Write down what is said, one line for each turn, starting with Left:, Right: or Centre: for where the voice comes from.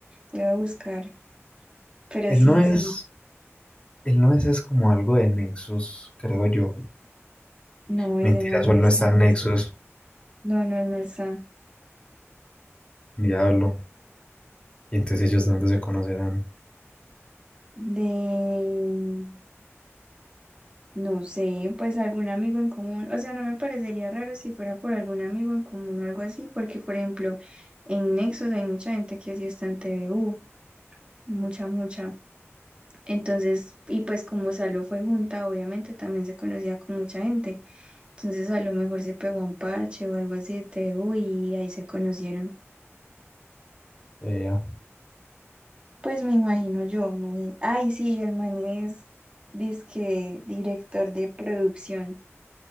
Right: Voy a buscar. Pero
Left: Él
Right: sí,
Left: no es,
Right: sí.
Left: él no es, es como algo de Nexus, creo yo.
Right: No,
Left: Mentiras,
Right: ese man
Left: o
Right: no
Left: él
Right: está.
Left: no está
Right: No,
Left: en Nexus,
Right: es- no, no no está.
Left: diablo. Y entonces ellos de dónde se conocerán.
Right: De... No sé, pues algún amigo en común. O sea, no me parecería raro si fuera por algún amigo en común o algo así, porque, por ejemplo, en Nexus hay mucha gente que sí está en TVU. Mucha, mucha. Entonces, y pues como Salo fue junta, obviamente también se conocía con mucha gente. Entonces a lo mejor se pegó un parche o algo así de T TU y ahí se conocieron.
Left: Vea,
Right: Pues me imagino yo, ¿no? Y- Ay, sí, el man es dizque director de producción.